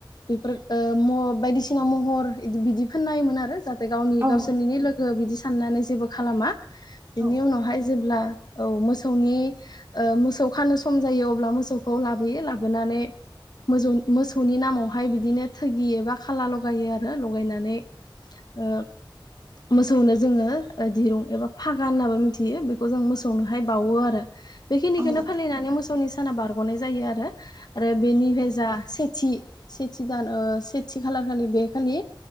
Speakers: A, on the left; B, on the right.
A: बेफोर ओ म बायदिसिना महर इदि बिदि खोनायोमोन आरो जा गावनि
B: औ नंगौ औ
A: गावसोरनिनो
B: नोंथां
A: लोगो बिदि साननानै जेबो खालामा बिनि
B: औ
A: उनावहाय जेब्ला औ मोसौनि ओ मोसौ खानो सम जायो अब्ला मोसौखौ लाबोयो लाबोनानै मोसौ मोसौनि नामावहाय बिदिनो थोगि एबा खाला लगायो आरो लगायनानै ओ मोसौनो जोङो ओ दिरुं एबा फागा होनाबो मिथियो बे खौ जों मोसौनोहाय बावो आरो। बेखिनिखौनो
B: औ
A: फालिनानै मोसौनि साना बारगनाय जायो आरो। आरो बेनिफ्राय जा सेथि सेथि दान ओ सेथि खालार खालि बे खालि